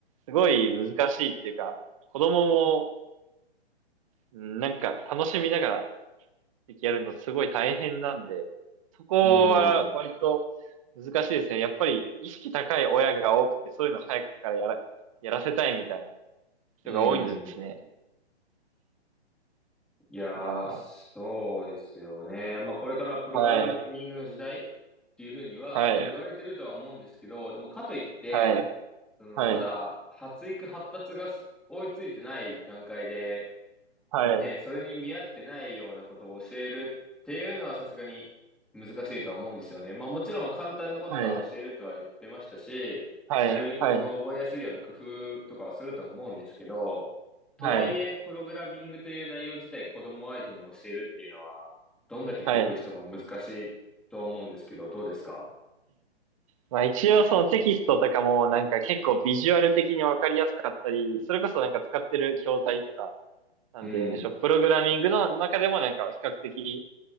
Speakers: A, on the right; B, in the centre.
A: すごい難しいっていうか、子供も、うんなんか楽しみながらやるのすごい大変なんで、そこは割と難しいですね。
B: い。うん。
A: やっぱり意識高い親が多くて、そういうの早くからやら、やらせたいみたいな人が多いんですね。
B: うん。いやー、
A: いやー、
B: そうですよね。まあ、これからプログラミングの時代っていうふうには、
A: はい、はい、
B: まあ、言われてるとは思うんですけど、でもかといって、
A: はい、
B: その、
A: はい、
B: まだ発育発達がす追いついてない段階で、
A: はい、
B: ねえ、
A: はい、
B: それに見合ってないようなことを教えるっていうのはさすがに難しいとは思うんですよね。まあもちろん簡単なことから教えるとは言ってましたし、
A: はい、はい、
B: なるべくその覚えやすいような工夫とかはすると思うんですけど、
A: はい、
B: とはいえ、
A: はい、
B: プログラミングという内容自体子供相手に教えるっていうのは、どんだけ工夫しても難しいと思うんですけど、
A: はい。
B: どうですか
A: まあ一応そのテキストとかもなんか結構ビジュアル的にわかりやすかったり、それこそなんか使ってる教材とか、なんていうんでしょう、
B: うん、
A: プログラミングの中でもなんか比較的、